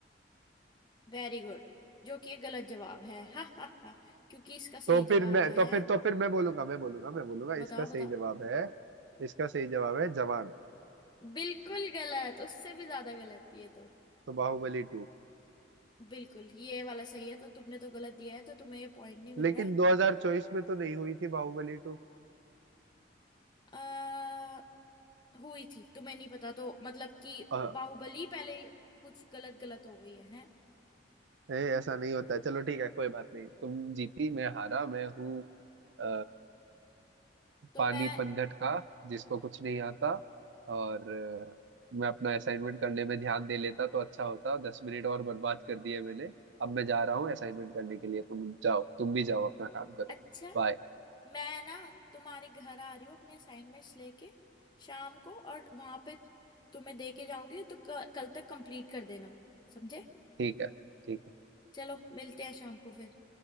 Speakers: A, on the left (about 25°); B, on the right (about 75°).
A: Very good जो कि ये गलत जवाब है <laughs> हा हा हा क्योंकि इसका सही
B: तो फिर
A: जवाब
B: मैं
A: है
B: तो फिर तो फिर मैं बोलूंगा मैं बोलूंगा मैं बोलूंगा
A: बताओ
B: इसका सही
A: बताओ
B: जवाब है इसका सही जवाब है जवान
A: बिल्कुल गलत उससे भी ज्यादा गलत ये तो
B: तो बाहुबली टू
A: बिल्कुल ये वाला सही है तो तुमने तो गलत दिया है तो तुम्हें ये पॉइंट नहीं मिल
B: लेकिन
A: रहा है
B: 2024 में तो नहीं हुई थी बाहुबली टू
A: अ हुई थी तुम्हें नहीं पता तो मतलब कि
B: अ,
A: बाहुबली पहले कुछ गलत गलत हो गई है, हैं
B: ए, ऐसा नहीं होता है। चलो ठीक है कोई बात नहीं तुम जीती मैं हारा मैं हूँ अ,
A: तो
B: पानी
A: मैं
B: पनघट का जिसको कुछ नहीं आता और अ, मैं अपना असाइनमेंट करने में ध्यान दे लेता तो अच्छा होता दस मिनट और बर्बाद कर दिए मैंने अब मैं जा रहा हूँ असाइनमेंट करने के लिए तुम जाओ तुम भी जाओ अपना काम करो
A: अच्छा
B: बाय
A: मैं ना तुम्हारे घर आ रही हूँ अपने असाइनमेंट्स लेके शाम को और वहां पे तुम्हें दे के जाऊंगी तो क- कल तक कंप्लीट कर देना समझे
B: ठीक है ठीक है
A: चलो मिलते हैं शाम को फिर